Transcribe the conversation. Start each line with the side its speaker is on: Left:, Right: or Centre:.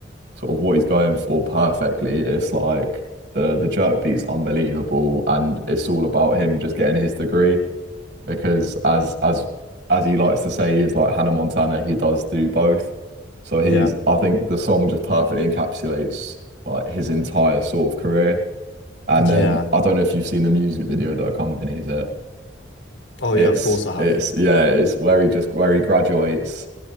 Right: sort of what he's going for perfectly. It's like the the jerk beat's unbelievable, and it's all about him just getting his degree because as as as he likes to say, he's like Hannah Montana. He does do both. So he's
Left: yeah.
Right: I think the song just perfectly encapsulates like his entire sort of career And
Left: Yeah.
Right: then I don't know if you've seen the music video that accompanies it.
Left: Oh yeah,
Right: It's
Left: of course I have.
Right: it's yeah, it's where he just where he graduates